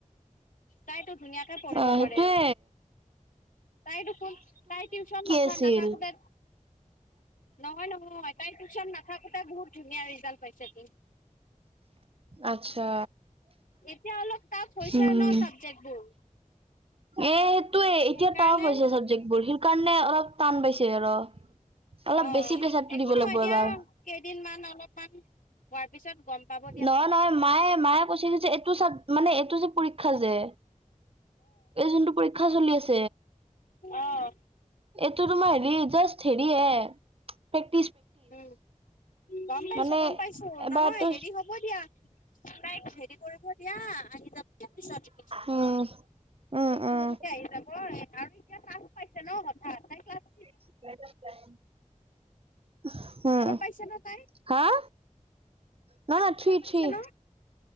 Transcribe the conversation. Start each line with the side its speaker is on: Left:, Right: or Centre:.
Left: তাইতো ধুনীয়াকে পঢ়িব
Right: আহ
Left: পাৰে
Right: সেইটোৱে
Left: তাই দেখোন তাই টিউশ্যন নাথা
Right: আছিল
Left: নাথাকোতে নহয় নহয় তাই টিউশ্যন নাথাক- এটা বহুত ধুনীয়া ৰিজাল্ট পাইছে তো
Right: আচ্ছা
Left: এতিয়া অলপ টাফ হৈছে
Right: উম
Left: ন চাবজেক্ট বোৰ
Right: এ সেইটোৱে এতিয়া
Left: সেইকাৰণে
Right: টাফ হৈছে চাবজেক্ট বোৰ সি- কাৰণে অলপ টান পাইছে আৰু অলপ
Left: অ
Right: বেছি প্ৰেচাৰটো
Left: একো
Right: দিব
Left: নহয়
Right: লাগিব
Left: দিয়া
Right: এবাৰ
Left: কেইদিনমান অলপমান হোৱাৰ পিছত গম পাব দিয়া
Right: নহ নহয় মায়ে মায়ে কৈছিল যে এইটো চব মানে এইটো চব পৰীক্ষ- ক্ষাজে এই জোনটো পৰীক্ষ- চলি আছে।
Left: অহ
Right: টো তোমাৰ হেৰি জাষ্ট হেৰি এ ফেক-
Left: উ গম পাইছো
Right: মানে
Left: গম পাইছো
Right: এবাৰতো
Left: নহয় হেৰি হব দিয়া তাই হেৰি কৰিব এতিয়া আহি যাবি কে পিছতকে
Right: উম উম
Left: পিছলেকে
Right: উম
Left: আহি যাব এ আৰু এতিয়া তাছ পাইছে ন সত- আ আটাইক্লাচ
Right: <unintelligible> উম
Left: ফ'ৰ পাইছে ন তাই
Right: হাআ ন
Left: তাই
Right: ন
Left: ফ'ৰ
Right: থ্ৰি
Left: পাইছে
Right: থ্ৰি
Left: ন